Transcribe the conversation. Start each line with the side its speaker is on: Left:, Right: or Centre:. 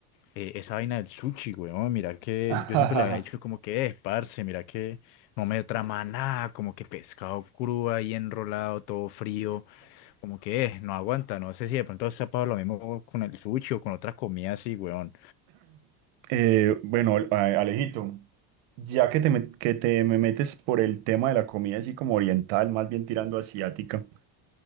Left: eh, esa vaina del sushi, weón, mira que
Right: <laughs>
Left: yo siempre le había dicho como que es, parce, mira que no me trama nada, como que pescado crudo ahí enrolado, todo frío, como que es, no aguanta, no sé si de pronto se ha pasado lo mismo con el sushi o con otras comidas así, weón.
Right: Eh, bueno, a- Alejito, ya que te, me- que te me metes por el tema de la comida así como oriental, más bien tirando asiática,